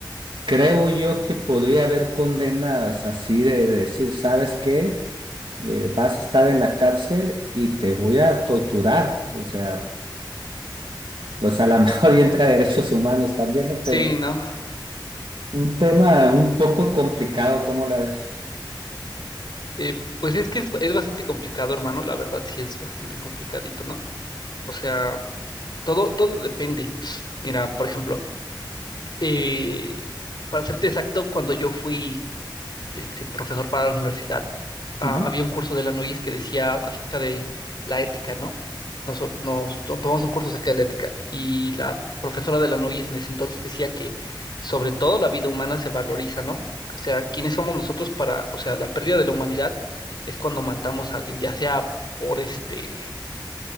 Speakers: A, on the right; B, on the left.
A: creo yo que podría haber condenas así de, decir, ¿sabes qué? Eh, vas a estar en la cárcel y te voy a torturar. O sea, pues a lo <laughs> mejor y entra derechos humanos también, ¿no?
B: Sí,
A: Pero
B: ¿no?
A: un tema un poco complicado, ¿cómo la ves?
B: Eh, pues es que es, es bastante complicado, hermano, la verdad sí es bastante complicadito, ¿no? O sea, todo, todo depende. Mira, por ejemplo, eh, para serte exacto, cuando yo fui este profesor para la universidad, ah,
A: Ujú.
B: había un curso de la Noyes que decía acerca de la ética, ¿no? Nos, nos to- tomamos un curso acerca de la ética y la profesora de la Noyes en ese entonces decía que sobre todo la vida humana se valoriza, ¿no? O sea, ¿quiénes somos nosotros para, o sea, la pérdida de la humanidad es cuando matamos a alguien, ya sea por este,